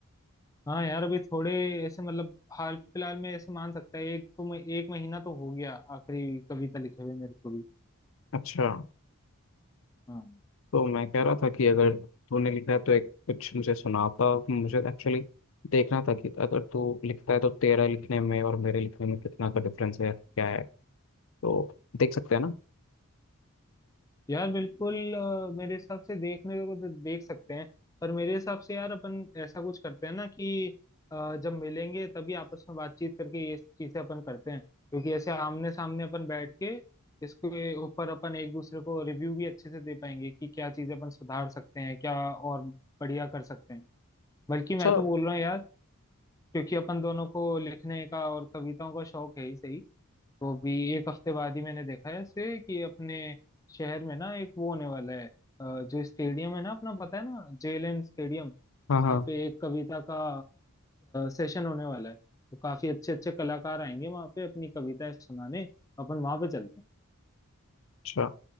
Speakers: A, on the left; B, on the left.
A: हाँ यार अभी थोड़े ऐसे मतलब हाल फिलहाल में ऐसे मान सकता है एक तो मैं एक महीना तो हो गया आखिरी कविता लिखे हुए मेरे को भी
B: अच्छा
A: हाँ
B: तो मैं कह रहा था कि अगर तूने लिखा है तो एक कुछ मुझे सुनाता मुझे एक्चुअली देखना था कि अगर तू लिखता है तो तेरा लिखने में और मेरे लिखने में कितना का डिफरेंस है क्या है तो देख सकते हैं ना
A: यार बिल्कुल अ, मेरे हिसाब से देखने को तो देख सकते हैं पर मेरे हिसाब से यार अपन ऐसा कुछ करते हैं ना कि अ, जब मिलेंगे तभी आपस में बातचीत करके ये चीजें अपन करते हैं क्योंकि ऐसे आमने सामने अपन बैठ के इसके ऊपर अपन एक दूसरे को रिव्यू भी अच्छे से दे पाएंगे कि क्या चीजें अपन सुधार सकते हैं क्या और बढ़िया कर सकते हैं बल्कि
B: अच्छा
A: मैं तो बोल रहा हूँ यार क्योंकि अपन दोनों को लिखने का और कविताओं का शौक है ही सही तो अभी एक हफ्ते बाद ही मैंने देखा है ऐसे कि अपने शहर में ना एक वो होने वाला है अ, जो स्टेडियम है ना अपना पता है ना जेएलएन स्टेडियम
B: हाँ
A: वहां
B: हाँ
A: पे एक कविता का सेशन होने वाला है तो काफी अच्छे अच्छे कलाकार आएंगे वहां पे अपनी कविताएं सुनाने अपन वहां पे चलते हैं
B: अच्छा